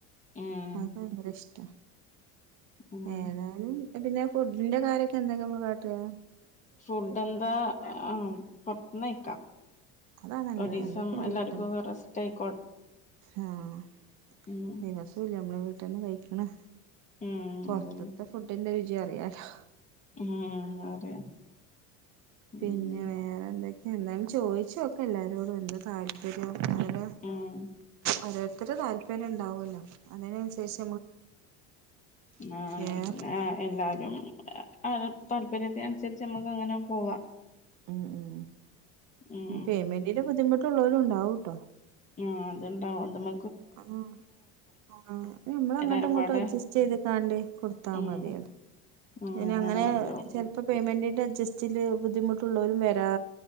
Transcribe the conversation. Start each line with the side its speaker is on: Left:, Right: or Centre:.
Left: ഉം
Right: അത് ഭയങ്കര ഇഷ്
Left: ഉം
Right: ഏതാലും പിന്നെ ഫുഡിന്റെ കാര്യൊക്കെ എന്തൊക്കെ നമ്മൾ കാട്ടുക
Left: ഫുഡ് എന്താ ആഹ് പൊറത്തിന്ന് കഴിക്ക
Right: അതാ നല്ലത്
Left: ഒരീസ്സം
Right: എന്നുപ്പല്ലേ
Left: എല്ലാർക്കുക്കെ
Right: വീട്ട്ന്ന്
Left: റെസ്റ്റായി
Right: ആഹ്
Left: ഉം
Right: ദിവസോം ഇല്ലേ നമ്മള ട്ടൊന്ന് കഴിക്കണെ
Left: ഉം
Right: പൊർത്ത്ത്ത
Left: അതന്നെ
Right: ഫുഡിന്റെ രു ചി അറിയാലോ
Left: ഉം അതെ ഉം
Right: പിന്നെ വേറെന്തൊ എന്നാലും ചോയിച്ചോക്ക എല്ലാരോടും എന്ത താല്പര്യം അവരെ
Left: ഉം
Right: ഓരോരുത്തരെ താല്പര്യം ഉണ്ടാവല്ലോ അതിനൻസര്ച്
Left: ആഹ് അങ്ങൻതന്നെ
Right: ഏ
Left: ആഹ് എല്ലാരും അതെ താല്പര്യത്തിന് അനുസരിച്ച് നമുക്ക് അങ്ങനെ പോവാ.
Right: ഉം ഉം
Left: ഉം
Right: ഇനി പേയ്മെന്റിന്റെ ബുദ്ധിമു ട്ടുള്ളോലും ഉണ്ടാവുട്ടോ.
Left: ആഹ് അത്ണ്ടാവും. അത് മ്മ
Right: ആം ആഹ് നമ്മൾ അങ്ങട്ടും
Left: എല്ലാരും
Right: ഇങ്ങട്ടും
Left: പാടെ
Right: അഡ്ജസ്റ്റയ്ത്ക്കാണ്ടെ കൊടുത്താ
Left: ഉം
Right: മതി അത്.
Left: ഉം
Right: അയ്നങ്ങനെ
Left: അങ്ങനെ മതിയാവും
Right: ചെൽപ്പം പേയ്മെൻ്റിന്റെ അഡ്ജസ്റ്റിൽ ബുദ്ധിമുട്ടുള്ളവരും വെ രാ